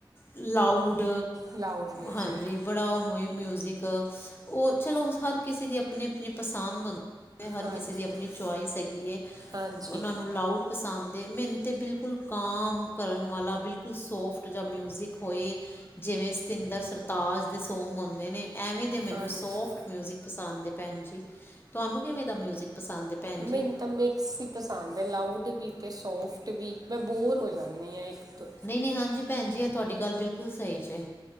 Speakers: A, on the left (about 25°); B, on the right (about 45°).
A: ਲਾਊਡ
B: ਲਾਊਡ ਮਿਊਜ਼ਿਕ
A: ਹਾਂਜੀ। ਬੜਾ ਉਹ ਮਿਊਜਿਕ ਉਹ ਚਲੋ ਹਰ ਕਿਸੇ ਦੀ ਆਪਣੀ ਆਪਣੀ ਪਸੰਦ ਹੁੰਦੀ ਜਿ ਹਰ
B: ਹਾਂਜੀ
A: ਕਿਸੇ ਦੀ ਆਪਣੀ ਚੁਆਇਸ ਹੈਗੀ ਹੈ
B: ਹਾਂਜੀ।
A: ਉਹਨਾ ਨੂੰ ਲਾਊਟ ਪਸੰਦ ਅਤੇ ਮੈਨੂੰ ਤਾਂ ਬਿਲਕੁਲ ਕਾਮ ਕਰਨ ਵਾਲਾ ਬਿਲਕੁਲ ਸੋਫਟ ਜਾਂ ਮਿਊਜ਼ਿਕ ਹੋਏ ਜਿਵੇਂ ਸਤਿੰਦਰ ਸਰਤਾਜ ਦੇ ਸੌਂਗ ਆਉਂਦੇ ਨੇ ਐਵੇਂ ਦੇ ਮੈਨੂੰ
B: ਹਾਂਜੀ।
A: ਸੋਫਟ ਮਿਊਜ਼ਿਕ ਪਸੰਦ ਹੈ ਭੈਣ ਜੀ। ਤੁਹਾਨੂੰ ਕਿਵੇਂ ਦਾ ਮਿਊਜਿਕ ਪਸੰਦ ਹੈ ਭੈਣ
B: ਮੈਨੂੰ
A: ਜੀ?
B: ਤਾਂ ਮਿਕਸ ਹੀ ਪਸੰਦ ਹੈ ਲਾਊਡ ਵੀ ਅਤੇ ਸੋਫਟ ਵੀ ਮੈਂ ਬੋਰ ਹੋ ਜਾਂਦੀ ਹਾਂ ਇੱਕ ਤੋਂ।
A: ਨਹੀਂ ਨਹੀਂ ਹਾਂਜੀ ਭੈਣ ਜੀ ਹੈ ਤੁਹਾਡੀ ਗੱਲ ਬਿਲਕੁਲ ਸਹੀ 'ਜੇ